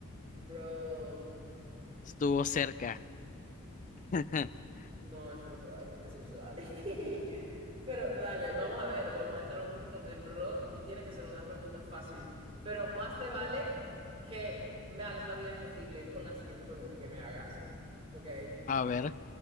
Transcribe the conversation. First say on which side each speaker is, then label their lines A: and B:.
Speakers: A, on the right (about 25°); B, on the left (about 35°).
A: Bro,
B: Estuvo cerca. <laughs>
A: no, eso no se vale, eso no se vale. <laughs> Pero dale, vamos a ver, vamos a entrar un poquito en rock y tiene que ser una pregunta fácil, pero más te vale que me hagas la vida imposible con la siguiente pregunta que me hagas, ¿ok?
B: A ver,